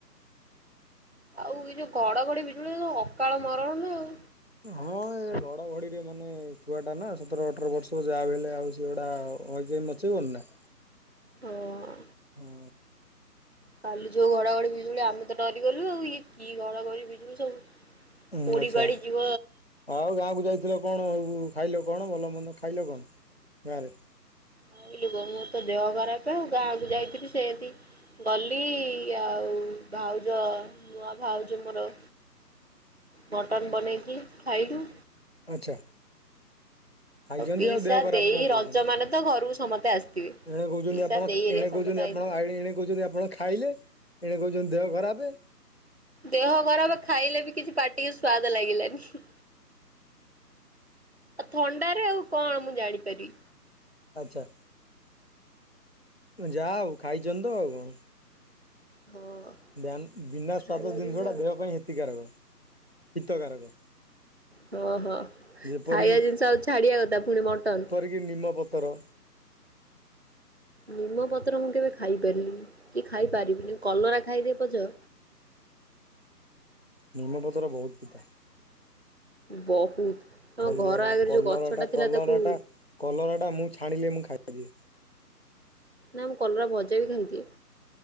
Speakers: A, on the right (about 40°); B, on the left (about 40°).
A: ଆଉ ଏଇ ଯୋଉ ଘଡଘଡି ବିଜୁଳି ଅକାଳ ମରଣ ନା ଆଉ।
B: ହଁ ଏ ଘଡଘଡିରେ ମାନେ ଛୁଆ ଟା ନା ସତର ଅଠର ବର୍ଷ ଯାହା ବି ହେଲେ ଆଉ ସେ ଗୋଟା ଅ <unintelligible> ନା।
A: ହଁ।
B: ହଁ।
A: କାଲି ଯୋଉ ଘଡଘଡି ବଜୁଳି ଆମେ ତ ଡରିଗଲୁ ଆଉ ଇଏ କି ଘଡଘଡି ବିଜୁଳି ସବୁ।
B: ଉଁ
A: ପୋଡି
B: ଆଚ୍ଛା।
A: ପାଡି ଯିବ
B: ଆଉ ଗାଁକୁ ଯାଇଥିଲ କଣ ଖାଇଲ କଣ ଭଲ ମନ୍ଦ ଖାଇଲ କଣ ଗାଁରେ?
A: ଖାଇଲୁ କଣ ମୋର ତ ଦେହ ଖରାପ ଆଉ ଗାଁକୁ ଯାଇଥିଲି ସେମତି ଗଲି ଆଉ ଭାଉଜ ନୂଆ ଭାଉଜ ମୋର। ମଟନ୍ ବନେଇଚି ଖାଇଲୁ।
B: ଆଚ୍ଛା। ଖାଇଛନ୍ତି
A: ପିଇସା
B: ଆଉ ଦେହ ଖରାପ
A: ଦେଇ
B: କଣ କହୁଛନ୍ତି
A: ରଜ ମାନେ ତ ଘରକୁ ସମସ୍ତେ ଆସିଥିବେ।
B: ଏଣେ କହୁଛନ୍ତି
A: ପିଇସା
B: ଆ ଆପଣ
A: ଦେଇ ହେରିକା
B: ଏଣେ
A: ସମସ୍ତେ
B: କହୁଛନ୍ତି
A: ଆଇଥିଲେ।
B: ଆପଣ ଏଣେ କହୁଛନ୍ତି ଆପଣ ଖାଇଲେ ଏଣେ କହୁଛନ୍ତି ଦେହ ଖରାପେ।
A: ଦେହ ଖରାପ ଖାଇଲେ ବି କିଛି ପାଟିିକୁ ସ୍ଵାଦ ଲାଗିଲାନି। ଥଣ୍ଡାରେ ଆଉ କଣ ମୁଁ ଜାଣିପାରିବି?
B: ଆଚ୍ଛା ଯା ହୋଉ ଖାଇଚନ୍ତି ତ ଆଉ କଣ।
A: ହଁ।
B: ବ୍ୟାନ୍ ବିନା
A: ଖାଇବା
B: ସ୍ୱାଦ ଜିନିଷଟା
A: ଜିନିଷ ହଉଛି
B: ଦେହ ପାଇଁ ହେତିକାରକ ହିତକାରକ।
A: ହଁ ହଁ
B: ଯେପରିକି
A: ଖାଇବା ଜିନିଷ ଆଉ ଛାଡିବା କଥା ପୁଣି ମଟନ୍।
B: କି ନିମପତ୍ର।
A: ନିମପତ୍ର ମୁଁ କେବେ ଖାଇପାରିଲିନି କି ଖାଇପାରିବିନି କଲରା ଖାଇଦେବି ପଛ।
B: ନିମପତ୍ର ବହୁତ ପିତା।
A: ବହୁତ୍ ଆମ
B: କଲରା
A: ଘର ଆଗରେ
B: କଲରାଟା
A: ଯୋଉ ଗଛ ଟା ଥିଲା
B: କଲରାଟା
A: ତାକୁ
B: କଲରାଟା ମୁଁ ଛାଣିଲେ ମୁଁ ଖାଇପାରିବି।
A: ନା ମୁଁ କଲରା ଭଜା ବି ଖାଇଦିଏ।